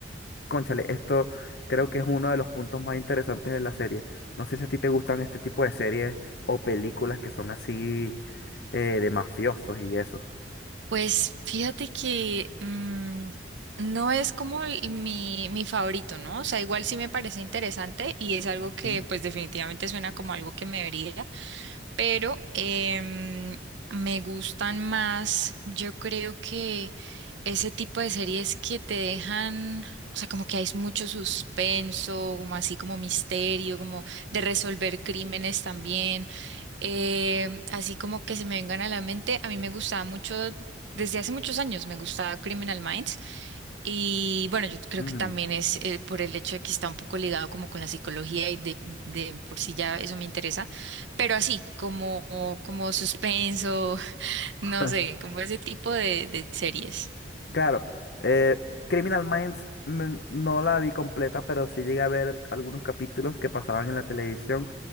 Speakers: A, on the left; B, on the right.
A: Cónchale, esto creo que es uno de los puntos más interesantes de la serie. No sé si a ti te gustan este tipo de series o películas que son así eh, de mafiosos y eso.
B: Pues fíjate que mm, no es como el- mi, mi favorito, ¿no? O sea, igual sí me parece interesante y es algo que
A: Mm,
B: pues definitivamente suena como algo que me vería, pero em, me gustan más, yo creo que ese tipo de series que te dejan, o sea, como que hay mucho suspenso, como así como misterio, como de resolver crímenes también, em, así como que se me vengan a la mente, a mí me gustaba mucho, desde hace muchos años me gustaba Criminal Minds. Y bueno, yo creo
A: mm, mm.
B: que también es eh, por el hecho de que está un poco ligado como con la psicología y de, de por sí ya eso me interesa, pero así, como, como suspenso, <laughs> no
A: <laughs>
B: sé, como ese tipo de, de series.
A: Claro, eh, Criminal Minds mm, no la vi completa, pero sí llegué a ver algunos capítulos que pasaban en la televisión